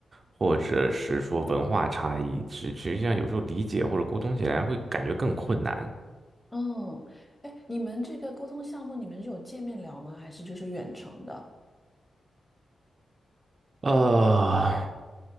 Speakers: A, on the right; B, in the centre.
A: 或者是说文化差异，实实际上有时候理解或者沟通起来会感觉更困难。
B: 嗯，哎，你们这个沟通项目，你们是有见面聊吗？还是就是远程的？
A: 呃，